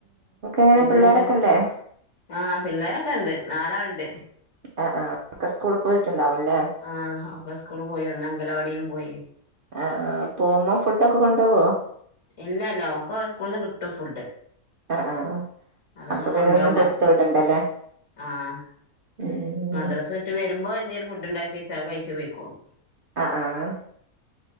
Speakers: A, on the right (about 60°); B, on the left (about 25°).
A: എങ്ങനെ
B: പിന്നെന്താ
A: പിള്ളേരൊക്കെല്ലേ
B: ആഹ് പിള്ളേരൊക്കെ ഉണ്ട് നാലാള്ണ്ട്.
A: അഹ് ആഹ്. ഒക്കെ സ്കൂൾ പോയിട്ടുണ്ടാവുല്ലേ
B: ആഹ് ഒക്കെ സ്കൂൾ പോയി ഒന്ന് അംഗലവാടിയിലും പോയിനി
A: അഹ് ആഹ് പോമ്മം ഫുഡൊക്കെ കൊണ്ടോവോ.
B: ഇല്ലല്ല ഓക് ഓളെ സ്കൂൾന്ന് കിട്ടും ഫുഡ്.
A: ആഹ് ആഹ്
B: അതോണ്ട്
A: അപ്പൊ
B: കൊണ്ടോണ്ട
A: പിന്നെ ഒന്നും കൊടുത്ത് വിടണ്ടല്ലേ
B: ആഹ്.
A: ഉം ഉം
B: മദ്രസ ഇട്ട് വരുമ്പോ എന്തെങ്കും ഫുഡ്ണ്ടാകിയെച്ച അത്കയ്ച്ച് പോയ്ക്കോളും.
A: അഹ് ആഹ്